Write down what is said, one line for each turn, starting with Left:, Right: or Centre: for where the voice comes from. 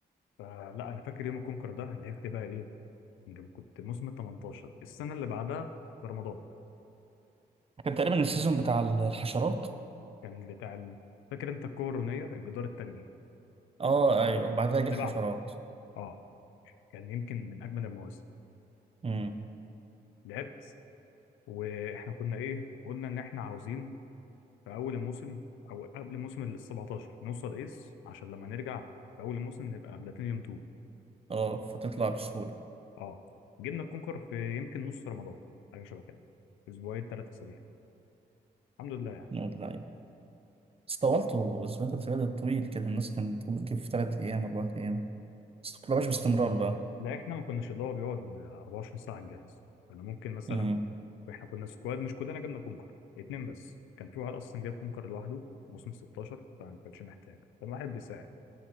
Left: فلا انا فاكر يوم الكونكر ده لعبت بقى ايه لما كنت موسم ال 18 السنه اللي بعدها في رمضان
Right: كان تقريبا السيزون بتاع الحشرات
Left: كان بتاع ال... فاكر انت الكورونيه الجدار الثلجي
Right: اه ايوه بعدها يجي
Left: اللي
Right: الحشرات
Left: بعده اه كان يمكن من اجمل المواسم
Right: امم
Left: لعبت واحنا كنا ايه قلنا ان احنا عاوزين في اول الموسم او قبل موسم ال 17 نوصل ايس عشان لما نرجع في اول الموسم نبقى بلاتينيوم 2
Right: اه فتطلع بسهولة
Left: اه جبنا الكونكر في يمكن نص رمضان حاجه شبه كده اسبوعين ثلاثه اسابيع الحمد لله يعني
Right: نقول اللعيب بس طولته اسبوع تلات سبات طويل كده الناس كانت تقول تجيب في تلات ايام اربع ايام بس متطلعش باستمرار بقى
Left: لا احنا ما كناش اللي هو بيقعد 24 ساعه على الجهاز كنا ممكن مثلا
Right: امم
Left: احنا كنا سكواد مش كلنا جبنا كونكر اتنين بس كان في واحد اصلا جاب كونكر لوحده موسم 16 فما كانش محتاج كان واحد بيساعد